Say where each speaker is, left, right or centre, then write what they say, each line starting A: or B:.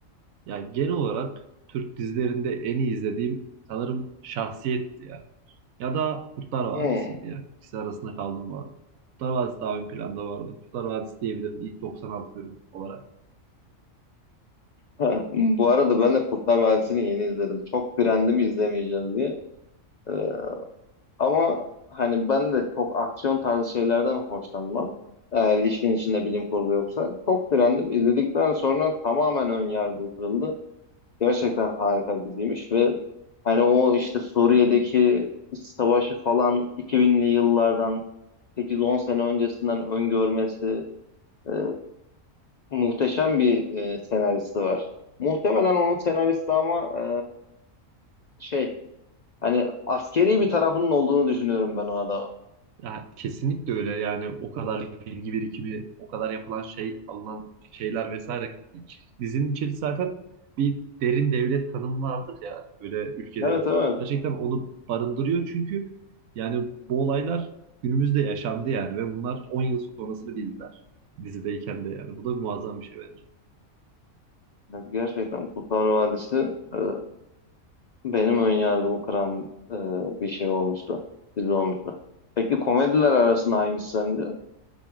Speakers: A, on the right; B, on the left.
A: Yani genel olarak Türk dizilerinde en iyi izlediğim sanırım Şahsiyet'ti ya. Ya da Kurtlar Vadisi'ydi
B: Hmm.
A: ya. İkisi arasında kaldım bu arada. Kurtlar Vadisi daha ön planda vardı. Kurtlar Vadisi diyebilirim ilk 96 bölüm olarak.
B: Ha, bu arada ben de Kurtlar Vadisi'ni yeni izledim. Çok direndim izlemeyeceğim diye. Ee, ama hani ben de çok aksiyon tarzı şeylerden hoşlanmam. Eğer işin içinde bilim kurgu yoksa. Çok direndim. İzledikten sonra tamamen ön yargım kırıldı. Gerçekten harika bir diziymiş ve hani o işte Suriye'deki iç savaşı falan 2000'li yıllardan 8-10 sene öncesinden öngörmesi e, muhteşem bir e, senaristi var. Muhtemelen onun senaristi ama e, şey hani askeri bir tarafının olduğunu düşünüyorum ben o adamın.
A: Ya, kesinlikle öyle yani o kadar bilgi birikimi, o kadar yapılan şey, alınan şeyler vesaire. İç- Dizinin içeri zaten bir derin devlet tanımı vardır ya böyle ülkelerin.
B: Evet evet.
A: Gerçekten onu barındırıyor çünkü yani bu olaylar günümüzde yaşandı yani ve bunlar 10 yıl sonrasını bildiler dizideyken de yani. Bu da muazzam bir şey bence.
B: Evet, Gerçekten Kurtlar Vadisi e, benim ön yargımı kıran e, bir şey olmuştu. Dizi olmuştu. Peki komediler arasında hangisi sence?